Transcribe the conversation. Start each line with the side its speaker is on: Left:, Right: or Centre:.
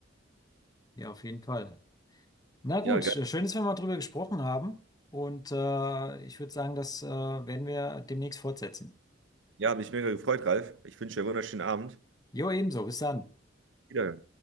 Left: Ja, auf jeden Fall. Na gut,
Right: Ja, geil.
Left: äh, schön, dass wir mal drüber gesprochen haben. Und äh, ich würde sagen, das äh, werden wir demnächst fortsetzen.
Right: Ja, hat mich mega gefreut, Ralf. Ich wünsche dir einen wunderschönen Abend.
Left: Jo, ebenso. Bis dann.
Right: Wieder.